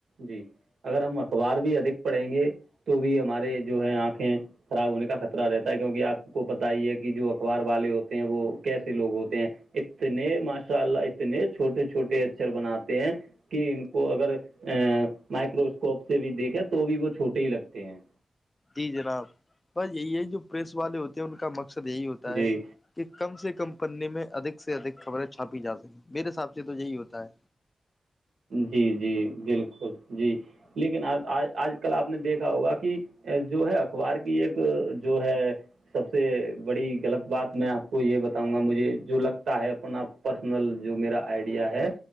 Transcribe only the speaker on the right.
جی اگر ہم اخبار بھی ادھک پڑھیں گے تو بھی ہمارے جو ہے آنکھیں خراب ہونے کا خطرہ رہتا ہے کیونکہ آپ کو پتا ہی ہے کہ جو اخبار والے ہوتے ہیں وہ کیسے لوگ ہوتے ہیں اتنے ماشاء اللہ اتنے چھوٹے چھوٹے اچر بناتے ہیں کہ ان کو اگر مائکروسکوپ سے بھی دیکھا تو بھی وہ چھوٹے ہی لگتے ہیں
جی
جی جی بالکل جی لیکن آج کل آپ نے دیکھا ہوا کہ جو ہے اخبار کی ایک جو ہے سب سے بڑی غلط بات میں آپ کو یہ بتاؤں گا مجھے جو لگتا ہے اپنا آپ پرسنل جو میرا آئیڈیا ہے